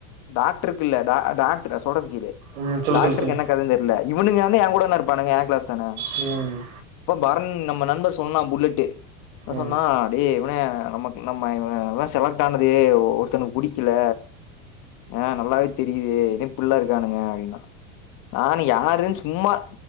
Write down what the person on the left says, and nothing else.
டாக்டருக் இல்ல டா டாக்டரா சொல்றது கேளு
டாக்டருக்கு
என்ன கதன் தெர்ல இவனுங்க வந்நு ஏன் கூடன இருப்பானுங்க யா க்ளாஸ் தான
இப்ப பரன் நம்ம நண்பர் சொன்னா புல்லட்டு அ
சொன்னா டே இவனே நமக்கு நம்ம இவ இவ செலக்ட் ஆனதே ஒ ஒருத்தனுக் புடிக்கில ஆ நல்லாவே தெரியுதே என இப்புல்லா இருக்கானுங்க அப்டின்னா நானு யாருன் சும்மா